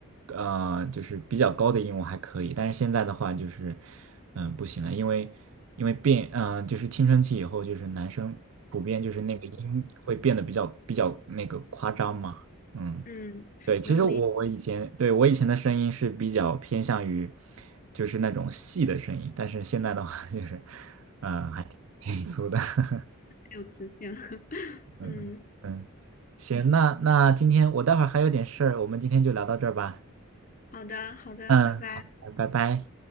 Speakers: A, on the right; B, on the left.
A: 呃，就是比较高的音我还可以，但是现在的话就是，嗯、不行了，因为因为变，嗯、就是青春期以后，就是男生普遍就是那个音会变得比较比较那个夸张嘛，嗯，
B: 嗯，
A: 对，其实我我以前对我以前的声音是比较偏向于，
B: 能理解
A: 就是那种细的声音，但是现在的话就是，嗯、还挺粗的。<laughs>
B: 有磁性。<laughs>
A: 嗯嗯，
B: 嗯，
A: 嗯，行，那那今天我待会儿还有点事儿，我们今天就聊到这儿吧。
B: 好的好的，
A: 嗯，
B: 拜拜。
A: 好，拜拜。